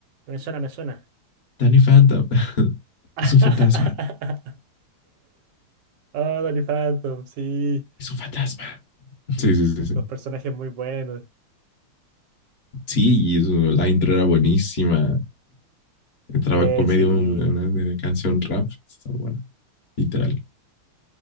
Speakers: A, on the right; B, on the left.
A: Me suena, me suena.
B: Danny Phantom. <laughs>
A: <laughs>
B: Es un fantasma.
A: Oh, Danny Phantom, sí.
B: Es un fantasma. Sí, sí, sí, sí.
A: Los personajes muy buenos.
B: Sí, y eso, la intro era buenísima. Entraba
A: Eh,
B: con medio
A: sí.
B: de una, una canción rap. Está buena, literal.